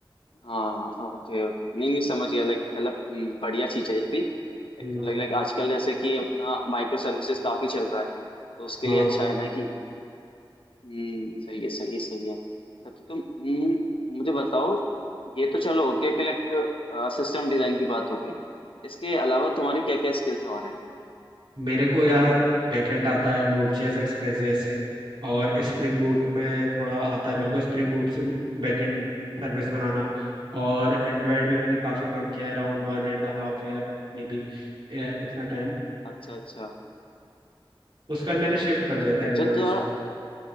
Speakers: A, on the left; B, on the right.
A: हाँ ओके ओके नहीं नहीं समझ गया लाइक अलग हम्म, बढ़िया चीज है ये भी लाइक
B: हम्म,
A: लाइक आजकल जैसे कि अपना माइक्रो सर्विसेज काफी चल रहा है तो उसके
B: हाँ
A: लिए अच्छा है ना कि हम्म सही है सही है सही है तो, तो तुम हम्म, मुझे बताओ ये तो चलो हो गया कि लाइक सिस्टम डिजाइन की बात हो गई इसके अलावा तुम्हारी क्या क्या स्किल्स और हैं
B: मेरे को यार बैकएंड आता है नोड जेएस एक्सप्रेस जेएस से और स्प्रिंग बूट में थोड़ा आता है मेरे को स्प्रिंग बूट से बैकएंड सर्विस बनाना और एंड्रॉयड में मैंने काफ़ी काम किया है around one and half year maybe इतना टाइम
A: अच्छा अच्छा
B: उसके बाद मैंने
A: ओके
B: शिफ्ट कर
A: ओके
B: दिया था
A: अच्छा
B: एंड्रॉयड
A: तुम्हारा
B: से